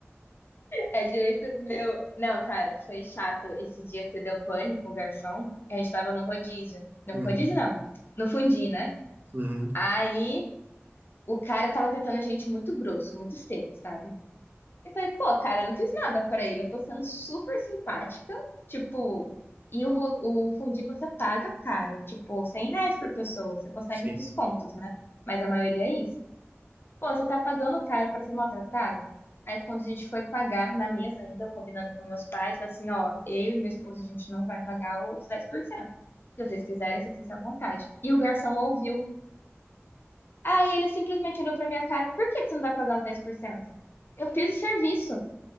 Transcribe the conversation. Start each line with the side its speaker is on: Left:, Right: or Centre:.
Left: É direito meu. Não, cara, foi chato esse dia que deu pane com o garçom. A gente tava no rodízio. Não,
Right: Uhum,
Left: rodízio não. No fundi, né?
Right: uhum,
Left: Aí o cara tava tratando a gente muito grosso, muito seco, sabe? Eu falei, pô, cara, eu não fiz nada pra ele. Eu tô sendo super simpática. Tipo, e o, ro- o fundi você paga caro. Tipo, 100 reais por pessoa. Você consegue
Right: sim.
Left: descontos, né? Mas a maioria é isso. Pô, você tá pagando caro pra ser maltratado? Aí quando a gente foi pagar na mesa ainda, eu combinando com meus pais, falei assim, ó, eu e meu esposo, a gente não vai pagar os 10%. Se vocês quiserem, vocês estão à vontade. E o garçom ouviu. Aí ele simplesmente olhou pra minha cara, por que que você não vai pagar os 10%? Eu fiz o serviço.